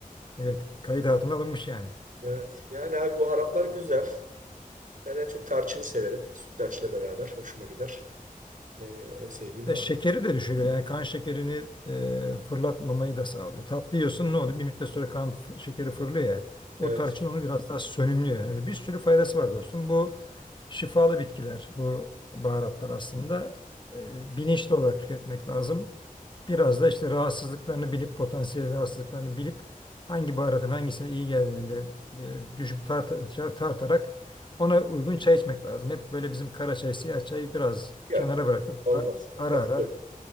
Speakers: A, on the left (about 30°); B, on the right (about 60°).
A: Evet kayıt altına alınmış yani.
B: Evet. Yani abi baharatlar güzel. Ben en çok tarçını severim. Sütlaçla beraber hoşuma gider. Ee, en sevdiğim
A: E,
B: bahar.
A: şekeri de düşürüyor. Yani kan şekerini e, fırlatmamayı da sağlıyor. Tatlı yiyorsun ne oluyor? Bir müddet sonra kan f- şekeri fırlıyor ya. O
B: Evet.
A: tarçın onu biraz daha sönümlüyor. Yani öyle bir sürü faydası var dostum. Bu şifalı bitkiler, bu baharatlar aslında e, bilinçli olarak tüketmek lazım. Biraz da işte rahatsızlıklarını bilip, potansiyel rahatsızlıklarını bilip hangi baharatın hangisine iyi geldiğini de e, düşüp tart şey- tartarak ona uygun çay içmek lazım. Hep böyle bizim kara çay, siyah çayı biraz
B: Yok.
A: kenara bırakıp
B: Olmaz.
A: a- ara
B: Katılıyorum.
A: ara